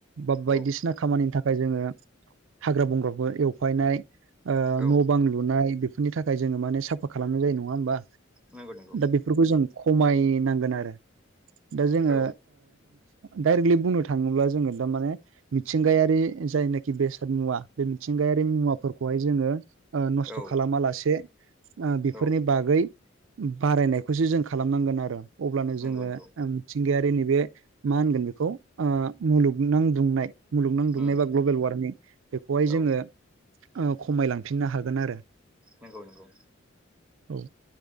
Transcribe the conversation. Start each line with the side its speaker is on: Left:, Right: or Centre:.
Right: बा बायदिसिना
Centre: औ
Right: खामानिनि थाखाय जोंङो हाग्रा बंग्राखौ एवफायनाय
Centre: औ
Right: न' बांलु थाखाय जोंनो माने सापट खालामनाय जायो नंङा होमबा
Centre: नंगौ नंगौ
Right: बेफोरखौ जों खमायनांगोन आरो दा जोंङो
Centre: औ
Right: डाइरेक्टलि बुंनो थांङोब्ला जोंङो दामाने मिथिंगायारि जायनाखि बेसाद मुवा बे मिथिंगायारि मुवाफोरखौहाय जोंङो नस्थ'
Centre: औ
Right: खालामा लासे बेफोरनि
Centre: औ
Right: बागै बारायनायखौसो जों खालामनांगोन आरो अब्लानो
Centre: नंगौ
Right: जोंङो
Centre: नंगौ
Right: मिथिंगायारि नैबे मा होनगोन बेखौ ओ मुलुगनां दुंनाय मुलुगनां दुंनाय
Centre: उम
Right: बा ग्लबेल वारमिं बेखौहाय
Centre: औ
Right: जोंङो खमायलांफिननो हागोन आरो
Centre: नंगौ नंगौ
Right: औ